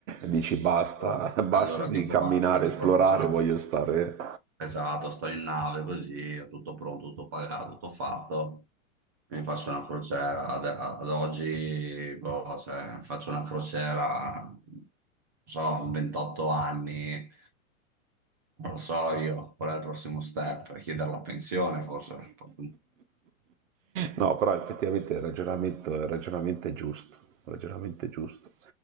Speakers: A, on the right; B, on the right.
A: Dici basta,
B: allora,
A: <laughs> basta
B: allora
A: di
B: dico
A: camminare,
B: basta, dico
A: esplorare,
B: "Oh, sono
A: voglio stare.
B: esatto, sto in nave così, ho tutto pronto, tutto pagato, tutto fatto, mi faccio una crociera, ad, ad oggi boh, se faccio una crociera, non so, 28 anni, non lo so io, qual è il prossimo step? Chiedere la pensione forse, un
A: No, però effettivamente il ragionamento, il ragionamento è giusto, il ragionamento è giusto.